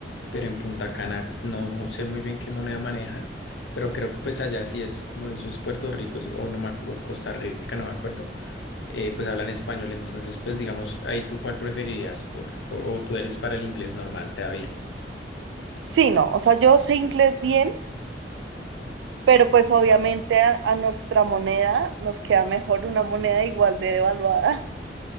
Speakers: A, on the left; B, on the right.
A: pero en Punta Cana no mu- sé muy bien qué moneda manejan, pero creo que pues allá sí es como eso es Puerto Rico sí, o, no me ac- o Costa Rica, no me acuerdo, eh, pues hablan español, entonces pues digamos ahí tú cuál preferirías por, por- o tú eres para el inglés normal, te va bien.
B: Sí, no, o sea, yo sé inglés bien, pero pues obviamente a, a nuestra moneda nos queda mejor una moneda igual de devaluada.